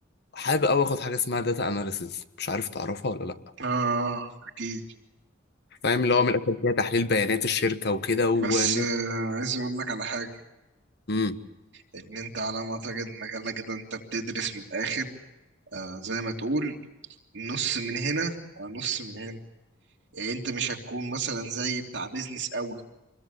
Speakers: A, on the left (about 55°); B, on the right (about 60°).
A: حابب اوي اخد حاجه اسمها داتا اناليسز مش عارف تعرفها ولا لا
B: اه اكيد
A: فاهم اللي هو من الاخر فيها تحليل بيانات الشركه وكده وان
B: بس آه
A: انت
B: عايز اقول لك على حاجة
A: امم
B: ان انت على ما اعتقد مجالك ده انت بتدرس من الاخر آه زي ما تقول نص من هنا على نص من هنا يعني انت مش هتكون مثلا زي بتاع بيزنس قوي